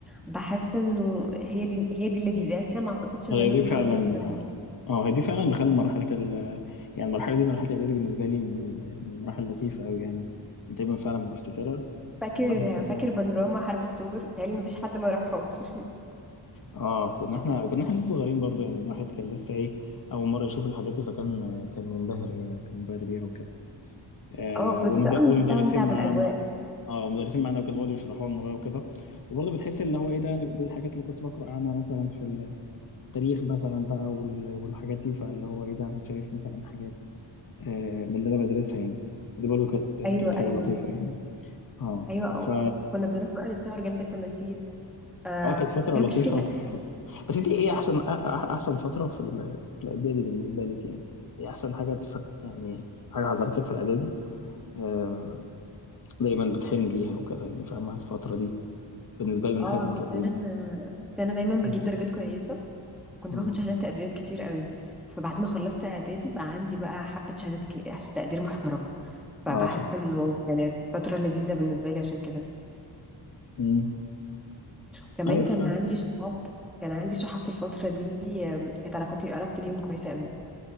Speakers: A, in the centre; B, on the left.
A: بحس انه هي دي هي دي اللذيذه يعني احنا ما اعتقدش ان
B: هي
A: انا
B: دي
A: مثلا
B: فعلا
A: فاكره
B: أه آه، هي دي فعلا اللي خلى مرحلة ال يعني المرحلة دي مرحلة إعدادي بالنسبة لي من ال- من المراحل اللطيفة أوي يعني دايما فعلا بفتكرها
A: فاكر
B: وبحس إن
A: فاكر
B: ده
A: بانوراما حرب اكتوبر بتهيألي ما فيش حد ما راحوش <laughs>
B: اه كنا احنا وكنا احنا لسه صغيرين برضه يعني الواحد كان لسه ايه اول مره يشوف الحاجات دي فكان كان منبهر كان منبهر بيها وكده آه
A: اه كنت
B: والمد-
A: بتبقى مستمتع
B: والمدرسين
A: بالاجواء
B: معانا اه المدرسين معانا وكانوا بيقعدوا يشرحوا لنا بقى وكده وبرضه بتحس اللي هو ايه ده أنا- دي الحاجات اللي كنت بقرا عنها مثلا في التاريخ مثلا بقى وال- والحاجات دي فاللي هو ايه ده أنا شايف مثلا حاجات آه من اللي انا بدرسها يعني دي برضه كانت
A: ايوه
B: كانت حاجه
A: ايوه
B: لطيفه يعني اه
A: ايوه
B: ف
A: كنا بنروح بقى نتصور جنب التماثيل آه
B: اه كانت فترة
A: وكان
B: لطيفة
A: في كده
B: في... بس انت ايه احسن أ- أ- احسن فترة في ال- في الاعدادي بالنسبة لك يعني ايه احسن حاجة تفك... يعني حاجة حصلت لك في الاعدادي آه دايما بتحن ليها وكده يعني فاهمة الفترة دي بالنسبة لي من
A: اه
B: حياتك
A: كنت
B: كانت
A: انا
B: ايه
A: كنت انا دايما بجيب
B: مم.
A: درجات كويسه وكنت
B: مم.
A: باخد شهادات تقدير كتير قوي فبعد ما خلصت اعدادي بقى عندي بقى حبه شهادات كي- تقدير محترمه فبحس
B: اه فاكر
A: انه كانت فتره لذيذه بالنسبه لي عشان كده
B: مم.
A: كمان
B: ايوه
A: كان
B: فا-
A: عندي صحاب كان عندي صحاب في الفترة دي آم، كانت علاقتي علاقتي بيهم كويسة قوي